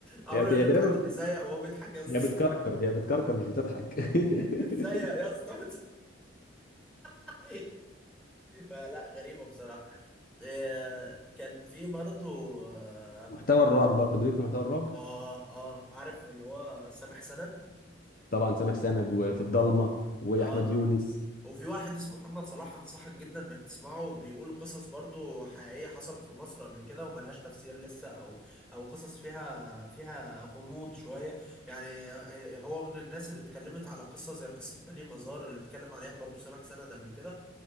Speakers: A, in the centre; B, on the left (about 45°).
A: عمري
B: هي تقريبا
A: ما شفت حد بيزيق وهو بيضحك يا اسطى
B: هي بتكركر هي بتكركر مش بتضحك <laughs>
A: <laughs> بتزيق يا اسطى بتزيق. <laughs> فلا غريبة بصراحة آه، كان في برضه اه
B: محتوى الرعب برضه ليك في محتوى الرعب
A: اه آه، عارف اللي هو سامح سند
B: طبعا سامح سند وفي الضلمه واحمد
A: اه
B: يونس
A: اه وفي واحد اسمه محمد صلاح انصحك جدا انك تسمعه بيقول قصص برضه حقيقية حصلت في مصر قبل كده وملهاش تفسير لسه او او قصص فيها فيها غموض شوية يعني آه، هو من الناس اللي اتكلمت على قصة زي قصة بني مزار اللي اتكلم عليها برضه سامح سند قبل كده